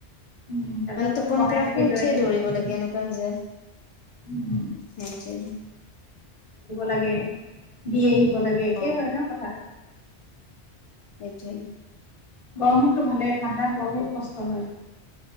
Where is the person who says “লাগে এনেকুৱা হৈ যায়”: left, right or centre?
Left